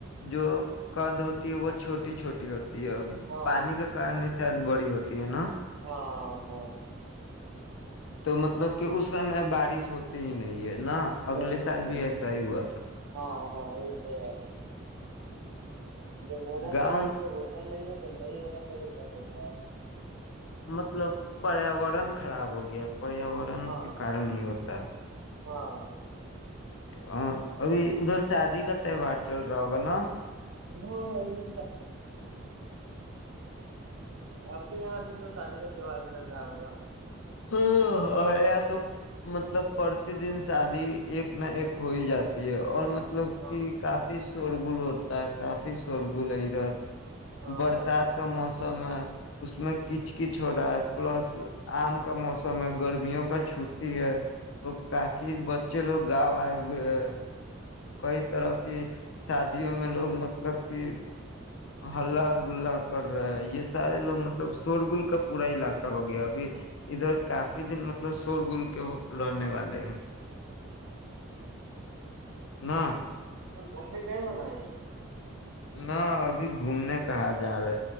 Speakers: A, on the left; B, on the right.
A: جو قد ہوتی ہے وہ چھوٹی چھوٹی ہوتی ہے
B: ہاں
A: پانی کے کارن شاید بڑی ہوتی ہے نا
B: ہاں ہ
A: تو مطلب کہ اس سمے بارش ہوتی ہی نہیں ہے نہ
B: نہیں
A: اگلے سال
B: نہیں
A: بھی ایسا ہی ہوا تھا
B: ہاں ہاں یہ تو جب ہونا
A: گاؤں
B: چاہیے تو ہوتا نہیں ہے جب نہیں ہوتا تو یہ درق ہوتا ہے
A: مطلب پریاورن خراب ہو گیا اب پریاورن
B: ہاں
A: کے کارن
B: ہاں
A: نہیں ہوتا ہے
B: ہاں
A: ہاں ابھی ادھر شادی کا تہوار چل رہا ہوگا نا
B: ہاں ابھی بہت یہاں بھی تو شادی کا تہوار چل رہا ہوگا
A: ہیا تو مطلب پرتی دن شادی ایک نہ ایک ہو ہی جاتی ہے اور ملب مطلب
B: ہاں
A: کہ کافی شورغل ہوتا ہے کافی شورغل ہے ادھر
B: ہاں
A: برسات
B: بھائی
A: کا موسم سم ہے اس میں کچ کچ ہو رہا ہے پلس آم کا موسم ہے گرمیوں کا چھٹی ہے اور کافی بچے لوگ گاؤ آئے ہوئے ہے کئی طرح کی شادیوں میں لوگ مطلب کہ <unintelligible> ہلہ گلا کر رہا ہے یہ سارے لوگ مطلب شورگل کا پورا علاقہ ہو گیا ابھی ادھر کافی دن مطلب شورگل کے رہنے والے ہیں نہ
B: ممبے گئی والا ہے
A: نہ ابھی گھومنے کہاں جا رہے